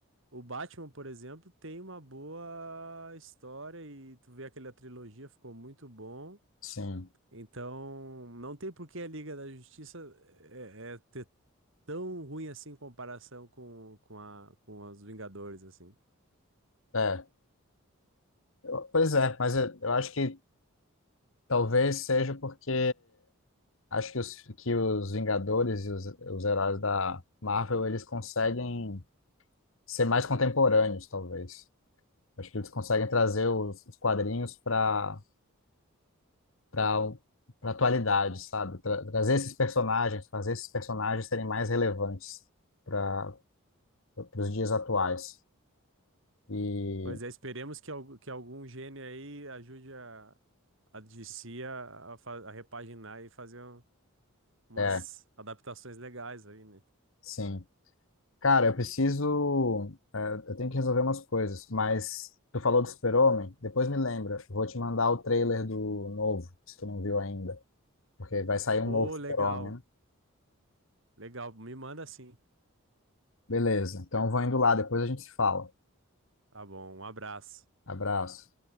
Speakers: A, on the right; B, on the left.
A: o Batman, por exemplo, tem uma boa história e tu vê aquela trilogia, ficou muito bom,
B: Sim,
A: então não tem por que a Liga da Justiça é, é ter tão ruim assim em comparação com, com a, com os Vingadores, assim.
B: é. Eu- pois é, mas eu, eu acho que talvez seja porque acho que os, que os Vingadores e os, os heróis da Marvel, eles conseguem ser mais contemporâneos, talvez. Acho que eles conseguem trazer os, os quadrinhos para para para atualidade, sabe? Tra- trazer esses personagens, fazer esses personagens serem mais relevantes para os dias atuais. E
A: Pois é, esperemos que, algu- que algum gênio aí ajude a, a DC a, a, fa- a repaginar e fazer um- umas
B: é,
A: adaptações legais aí, né?
B: sim. Cara, eu preciso, é, eu tenho que resolver umas coisas, mas tu falou do Super-Homem, depois me lembra, eu vou te mandar o trailer do novo, se tu não viu ainda, porque vai sair um
A: Ô,
B: novo Super-Homem,
A: legal,
B: né?
A: legal. Me manda sim.
B: Beleza. Então eu vou indo lá, depois a gente se fala.
A: Tá bom, um abraço.
B: Abraço.